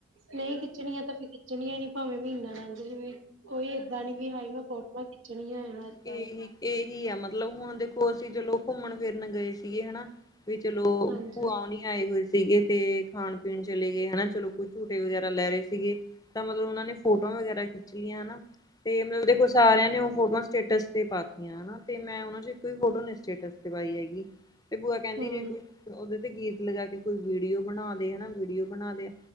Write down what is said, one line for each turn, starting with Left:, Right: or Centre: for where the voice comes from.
Right: ਨਹੀਂ ਖਿੱਚਣੀਆਂ ਤਾ ਖਿੱਚਣੀਆਂ ਨੀ ਭਾਵੇਂ ਮਹੀਨਾ ਲੰਘ ਜਾਵੇ। ਕੋਈ ਏਦਾਂ ਨੀ ਵੀ, ਹਾਏ ਮੈਂ ਫੋਟੋਆਂ ਖਿੱਚਣੀਆਂ
Left: ਏਹੀ
Right: ਏਦਾਂ।
Left: ਏਹੀ ਹੈ ਮਤਲਬ ਹੁਣ ਦੇ ਅਸੀਂ ਚਲੋ ਘੁੰਮਣ ਫਿਰਨ ਗਏ ਸੀਗੇ, ਹਨਾ ਵੀ ਚਲੋ
Right: ਹਾਂਜੀ
Left: ਭੂਆ ਹੋਨੀ ਆਏ ਹੋਏ ਸੀ ਸੀਗੇ ਤੇ ਖਾਣ ਪੀਣ ਚਲੇ ਗਏ ਹਨਾ ਚਲੋ ਕੋਈ ਝੂਟੇ ਵਗੈਰਾ ਲੈ ਰਹੇ ਸੀਗੇ। ਤਾਂ ਮਤਲਬ ਉਹਨਾ ਨੇ ਫੋਟੋਆਂ ਵਗੈਰਾ ਖਿੱਚ ਲਈਆਂ ਹੈਨਾ, ਤੇ ਮਤਲਬ ਦੇਖੋ ਸਾਰਿਆਂ ਨੇ ਉਹ ਫੋਟੋਆਂ ਸਟੇਟਸ ਤੇ ਪਾਤੀਆਂ ਹਨਾ, ਤੇ ਮੈਂ ਉਹਨਾਂ ਚ ਇੱਕ ਫੋਟੋ ਨ ਸਟੇਟਸ ਤੇ ਪਾਈ ਹੈਗੀ। ਤੇ ਭੁਆ ਕਹਿੰਦੀ
Right: ਹੂੰ
Left: ਰਹੀ ਕੋਈ ਉਹਦੇ ਤੇ ਗੀਤ ਲਗਾ ਕੇ, ਕੋਈ ਵੀਡੀਓ ਬਣਾ ਦੇ ਹੈਨਾ ਵੀਡੀਓ ਬਣਾ ਦੇ।